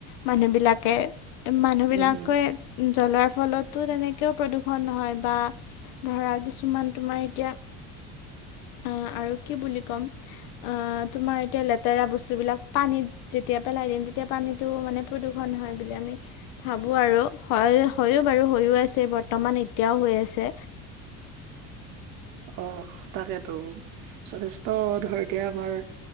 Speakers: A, on the left; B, on the right.
A: মানুহবিলাকে। মানুহবিলাকে
B: উম উম
A: জ্বলোৱাৰ ফলতো তেনেকেও প্ৰদূষণ হয় বা ধৰা কিছুমান তোমাৰ এতিয়া অ আৰু কি বুলি ক'ম আহ তোমাৰ এতিয়া লেত- -তেৰা বস্তুবিলাক পানীত যেতিয়া পেলাই দিম তেতিয়া পানীটো মানে প্ৰদূষণ হয় বুলি আমি ভাবোঁ আৰু হয় হয়ো বাৰু, হয়ো আছে বৰ্তমান এতিয়াও হৈ আছে।
B: অ তাকেতো যথেষ্ট ধৰ এতিয়া আমাৰ